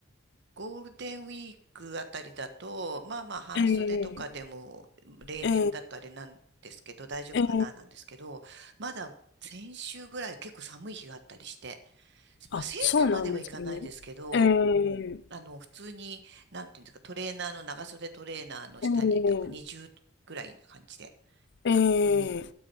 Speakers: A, on the right (about 60°); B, on the left (about 60°).
A: ゴールデンウィークあたりだと、まあまあ半袖とかでも例年だとあれなんですけど、
B: ええええ
A: 大丈夫かななんですけど、
B: ええ
A: まだ先週ぐらい結構寒い日があったりして、
B: あ、
A: まあセーターまではいかないですけど、
B: そうなんですね。ええ
A: あの、普通に、なんていうんですか、トレーナーの、長袖トレーナーの下に、
B: ええ
A: だから20ぐらいな感じで。
B: ええ
A: うん。